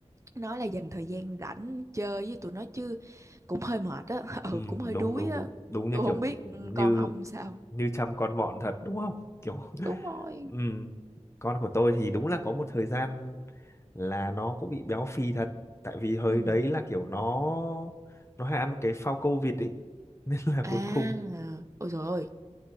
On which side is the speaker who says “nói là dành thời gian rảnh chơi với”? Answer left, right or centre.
Right